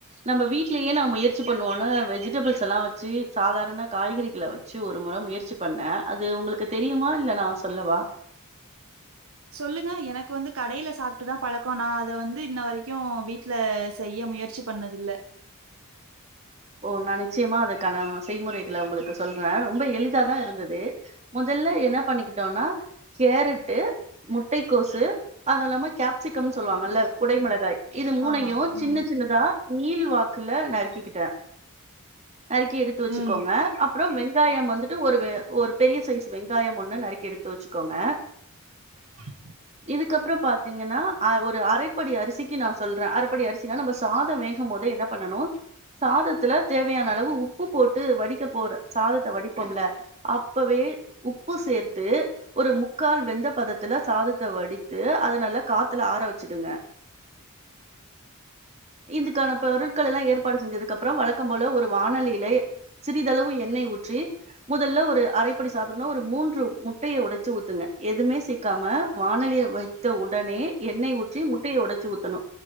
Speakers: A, on the right; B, on the right.
A: நம்ப வீட்லயே நா முயற்சி பண்ணுவோன்னு வெஜிடபிள்ஸ் எல்லா வச்சி சாதாரண காய்கறிகள வச் சு ஒரு முற முயற்சி பண்ண அது உங்களுக்கு தெரியுமா இல்ல நா சொல்லவா
B: சொல்லுங்க எனக்கு வந்து கடையில சாப்ட்டு தா பழக்கோ நா அத வந்து இன்ன வரைக்கு வீட்ல செய்ய முயற்சி பண்ணதுல்ல
A: ஓ நா நிச்சயமா அதுக்கான செய்முறைகள உங்களுக்கு சொல்ற ரொம்ப எளிதாதா இருந்தது முதல்ல என்னா பண்ணிக்கிட்டோன்னா கேரட்டு முட்டைக்கோசு அதுல்லாம கேப்சிகம்னு சொல்லுவாங்கல்ல குடை மிளகாய் இது மூணையு
B: ஆமா.
A: சின்ன
B: ம்.
A: சின்னதா நீள் வாக்குல நறுக்கிக்கிட்ட நறுக்கி எடுத்து வச்சுக்கோங்க
B: ம்.
A: அப்பறோ வெங்காயம் வந்துட்டு ஒருவ ஒரு பெரிய சைஸ் வெங்காயம் ஒண்ணு நறுக்கி எடுத்து வச்சு கோங்க
B: ஆமா தே
A: இதுக்கப்பறோ பாத்திங்கன்னா அ ஒரு அரைப்படி அரிசிக்கு நா சொல்ற அரப்படி அரிசின்னா நம்ப சாதோ வேகும் போதே என்ன பண்ணனு சாதத்துல தேவையான அளவு உப்பு போட்டு வடிக்க போற சாதத்த வடிப்போம்ல்ல அப்பவே உப்பு சேர்த்து ஒரு முக்கால் வெந்த பதத்துல சாதத்த வடித்து அத நல்ல காத்துல ஆர வச்சிடுங்க இதுக்கான பொருட்கள் எல்லா ஏற்பாடு செஞ்சதுக்கு அப் பறோ வழக்கம் போல ஒரு வானலையில சிறிதளவு எண்ணெய் ஊற்றி முதல்ல ஒரு அரைப்படி சாதம்ன்னா ஒரு மூன்று முட்டைய ஒடச்சு ஊத்துங்க எதுமே சேக்காம வானலிய வை த்த உடனே எண்ணெய் ஊற்றி முட்டைய ஒடச்சு ஊத்தணு